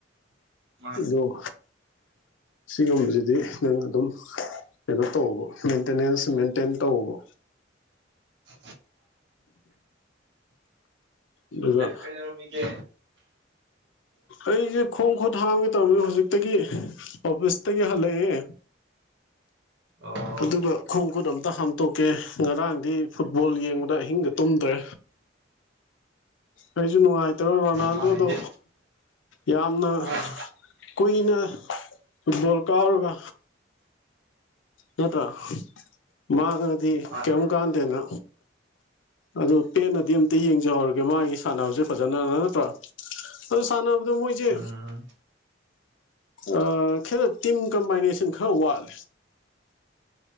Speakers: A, on the right; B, on the left.
A: ꯃꯥꯅꯦ
B: ꯑꯗꯨꯣ ꯁꯤꯒꯨꯝꯕꯁꯤꯗꯤ ꯅꯪ ꯑꯗꯨꯝ ꯀꯩꯅꯣ ꯇꯧꯕ ꯃꯦꯟꯇꯦꯅꯦꯟꯁ ꯃꯦꯟꯇꯦꯟ ꯇꯧꯕ
A: ꯑ
B: ꯑꯗꯨꯒ
A: ꯀꯔꯃꯤꯒꯦ
B: ꯑꯩꯁꯦ ꯈꯣꯡ ꯈꯨꯠ ꯍꯥꯡꯒꯦ ꯇꯧꯔꯅꯤ ꯍꯧꯖꯤꯛꯇꯒꯤ ꯑꯣꯐꯤꯁꯇꯒꯤ ꯍꯜꯂꯛꯑꯦ
A: ꯑꯣ
B: ꯑꯗꯨꯒ ꯈꯣꯡ ꯈꯨꯠ ꯑꯝꯇ ꯍꯥꯝꯇꯣꯛꯀꯦ ꯉꯔꯥꯡꯗꯤ ꯐꯨꯠꯕꯣꯜ ꯌꯦꯡꯕꯗ ꯑꯍꯤꯡꯒ ꯇꯨꯝꯗ꯭ꯔꯦ ꯑꯩꯩꯁꯨ ꯅꯨꯡꯉꯥꯏꯇ꯭ꯔꯣ ꯔꯣꯅꯥꯜꯗꯣꯗꯣ
A: ꯃꯥꯅꯦ ꯍꯦ
B: ꯌꯥꯝꯅ
A: ꯑꯥ
B: ꯀꯨꯏꯅ ꯐꯨꯠꯕꯣꯜ ꯀꯥꯎꯔꯒ ꯅꯠꯇ꯭ꯔꯥ ꯃꯥꯉꯗꯤ
A: ꯃꯥꯅꯦ
B: ꯀꯔꯤꯝ ꯀꯥꯟꯗꯦꯅ ꯑꯗꯨ ꯄꯦꯟꯅꯗꯤ ꯑꯝꯇ ꯌꯦꯡꯖꯍꯧꯔꯒꯦ ꯃꯥꯒꯤ ꯁꯥꯟꯅꯕꯁꯦ ꯐꯖꯅꯅ ꯅꯠꯇ꯭ꯔꯥ ꯑꯗꯨ ꯁꯥꯟꯅꯕꯗꯣ ꯃꯣꯏꯁꯦ
A: ꯎꯝ
B: ꯑ ꯈꯦꯔ ꯇꯤꯝ ꯀꯝꯕꯥꯏꯅꯦꯁꯟ ꯈꯔ ꯋꯥꯠꯂꯦ